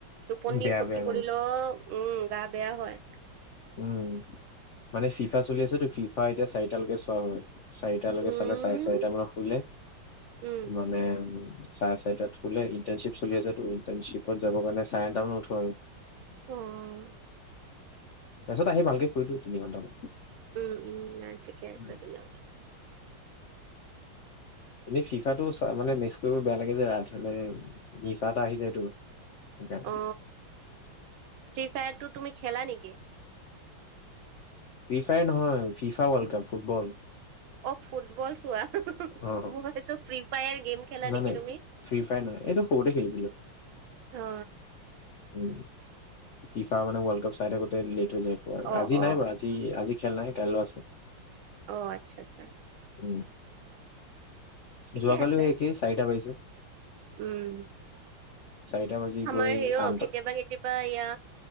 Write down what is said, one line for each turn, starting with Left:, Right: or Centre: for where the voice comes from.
Right: টোপনি
Left: বেয়া
Right: খতি
Left: বেয়া গম
Right: কৰিলেও
Left: পাইছো।
Right: উম গা বেয়া হয়।
Left: উম মানে ফিফা চলি আছে তো, ফিফা এতিয়া চাৰিটালৈকে চোৱা হয়। চাৰিটালৈকে
Right: উম
Left: চালে চাৰে চাৰিটা মানত শুলে
Right: উম
Left: মানে উ- চাৰে চাৰেটাত খুললে ইণ্টাৰণশ্বিপ চলিছে ইণ্টাৰণশ্বিপত যাব কাৰে চাৰে এটা মান উঠো আৰু
Right: অঁ
Left: তাৰপাছত আহি ভালকে ফুৰি তিনি ঘন্টামান
Right: উম উম ন ঠিকে আছে
Left: উম,
Right: তেন্তে -
Left: এনেই ফিফাটো মানে মেচ কৰিব বেয়া লাগে যে ৰা হলে। নিচা এটা আহিছে এইটো, সেইকাৰণে
Right: অ ফ্ৰী ফায়াৰ টো তুমি খেলা নেকি।
Left: ফিফাই নহয় ফিফা ৱৰ্ল্ড কাপ ফুটবল।
Right: অ ফুটবল চোৱা মই
Left: অ
Right: ভাবিছো ফ্ৰ্ৰী ফায়াৰ গেম। খেলা
Left: নাই
Right: নেকি
Left: নাই
Right: তুমি
Left: ফ্ৰী ফায়াৰ নহয় এইটো সৰুতে খেলিছিলো।
Right: অ
Left: উম, ফিফা মানে ৱৰ্লড কাপ চাই থাকোঁতে লেট হৈ যায় একব আৰু
Right: অ
Left: আজি
Right: অ
Left: নাই বাৰু আজি আজি খেল নাই কাইলৈ আছে।
Right: অঁ আচ্ছা আচ্ছা।
Left: উম,
Right: ঠিকে
Left: যোৱাকালিও
Right: আছে
Left: সেই একেই চাৰিটা বাজিছে।
Right: উম
Left: চাৰিটা বাজি
Right: আমাৰ
Left: গৈ
Right: হে অ
Left: আঠটা
Right: কেতিয়াবা কেতিয়াবা ইয়া